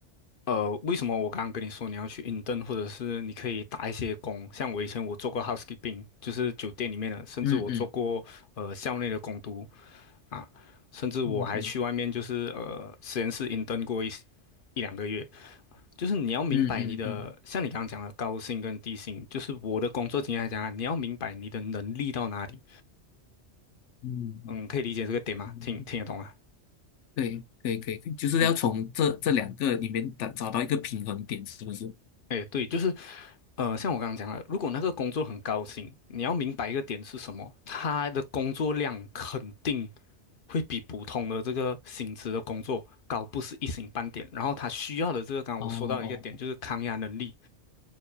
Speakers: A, on the left; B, on the left.
A: 呃，为什么我刚刚跟你说你要去 intern，或者是你可以打一些工，像我以前我做过 housekeeping，就是酒店里面的，甚至我做过呃校内的工读
B: 嗯嗯
A: 啊，甚至我还去外面就是呃实验室
B: 嗯嗯
A: intern 过一一两个月。就是你要明白你的，
B: 嗯嗯嗯嗯
A: 像你刚刚讲的高薪跟低薪，就是我的工作经验来讲啊，你要明白你的能力到哪里。
B: 嗯嗯。
A: 嗯，可以理解这个点吗？
B: 嗯嗯
A: 听听得懂啊？
B: 对，可以，可以，可以，就是要从这这两个里面找找到一个平衡点，
A: 嗯
B: 是不是？
A: 哎，对，就是，呃，像我刚刚讲了，如果那个工作很高薪，你要明白一个点是什么，他的工作量肯定会比普通的这个薪资的工作高，不是一星半点。然后他需要的这个，刚刚我说到一个点，
B: 哦哦，哦
A: 就是抗压能力。